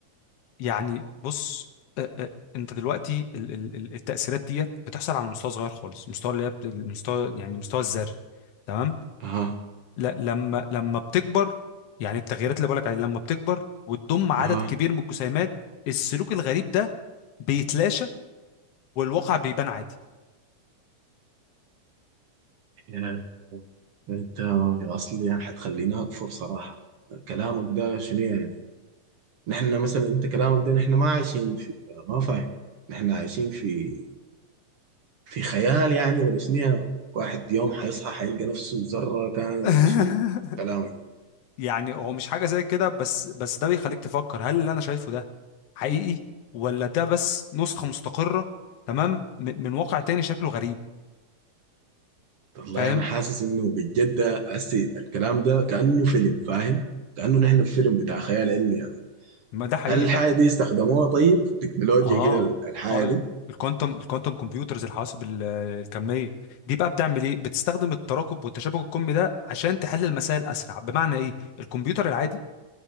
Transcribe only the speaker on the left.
يعني بص أ- أ- انت دلوقتي ال- ال- ال- التأثيرات ديت بتحصل على مستوى صغير خالص مستوى اللي هي بت- المستوى يعني المستوى الذري تمام
لا لما لما بتكبر يعني التغييرات اللي بقولك عليها لما بتكبر وتضم عدد
كبير من الجسيمات السلوك الغريب ده بيتلاشى والواقع بيبان عادي
<laughs>
يعني هو مش حاجة زي كده بس بس ده بيخليك تفكر هل اللي انا شايفه ده حقيقي ولا ده بس نسخة مستقرة تمام من من واقع تاني شكله غريب
فاهم
ما ده حقيقي
ده
اه
اه ال-
الكوانتم الكوانتم كمبيوترز الحواسب ال- الكميه دي بقى بتعمل ايه بتستخدم التراكب والتشابك الكمي ده عشان تحل المسائل اسرع بمعنى ايه الكمبيوتر العادي